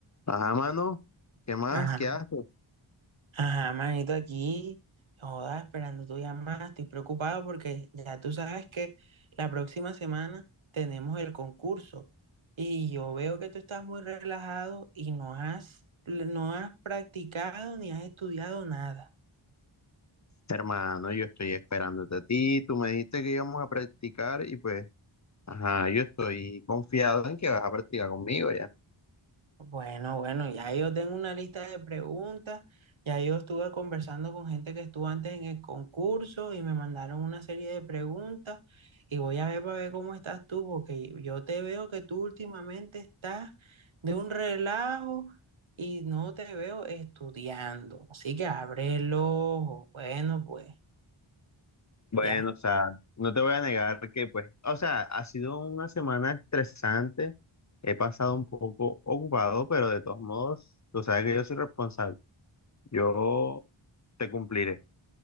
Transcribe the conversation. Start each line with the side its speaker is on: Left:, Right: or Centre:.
Left: Ajá, mano, ¿qué más?
Right: Ajá,
Left: ¿Qué haces?
Right: ajá, manito, aquí, joda, esperando tu llamada, estoy preocupado porque ya tú sabes que la próxima semana tenemos el concurso y yo veo que tú estás muy relajado y no has, no has practicado ni has estudiado nada.
Left: Hermano, yo estoy esperándote a ti. Tú me dijiste que íbamos a practicar y pues, ajá, yo estoy confiado en que vas a practicar conmigo ya.
Right: Bueno, bueno, ya yo tengo una lista de preguntas, ya yo estuve conversando con gente que estuvo antes en el concurso y me mandaron una serie de preguntas y voy a ver para ver cómo estás tú, porque yo te veo que tú últimamente estás de un relajo y no te veo estudiando, así que abre el ojo, bueno, pues,
Left: Bueno,
Right: ya,
Left: o sea, no te voy a negar que pues, o sea, ha sido una semana estresante. He pasado un poco ocupado, pero de todos modos, tú sabes que yo soy responsable. Yo te cumpliré.